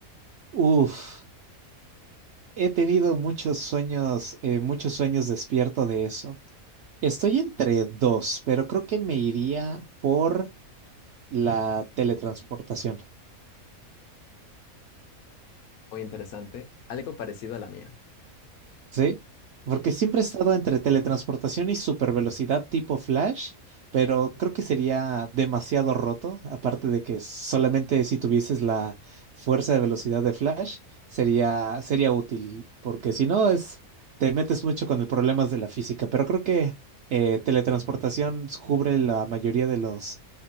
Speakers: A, on the right (about 65°); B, on the left (about 80°).
A: Uf, he tenido muchos sueños, eh, muchos sueños despierto de eso. Estoy entre dos, pero creo que me iría por la teletransportación.
B: Muy interesante, algo parecido a la mía.
A: Sí, porque siempre he estado entre teletransportación y supervelocidad tipo Flash, pero creo que sería demasiado roto, aparte de que solamente si tuvieses la fuerza de velocidad de Flash sería sería útil, porque si no es te metes mucho con el problemas de la física, pero creo que eh, teletransportación cubre la mayoría de los